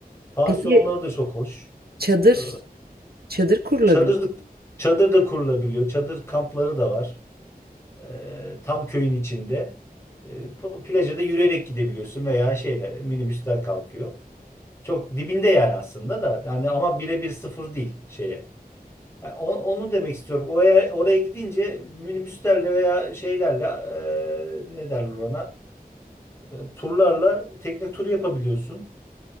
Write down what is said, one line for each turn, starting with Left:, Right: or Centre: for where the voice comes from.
Left: Pansiyonları
Right: Peki
Left: da çok hoş.
Right: çadır
Left: E,
Right: çadır kurulabilir.
Left: Çadırlık, çadır da kurulabiliyor. Çadır kampları da var. Ee, tam köyün içinde. Ee, p- plaja da yürüyerek gidebiliyorsun veya şeyler minibüsler kalkıyor. Çok dibinde yani aslında da yani ama birebir sıfır değil şeye. Yani o- onu demek istiyorum. Oraya, oraya gidince minibüslerle veya şeylerle e, ne derler ona? E, turlarla tekne turu yapabiliyorsun.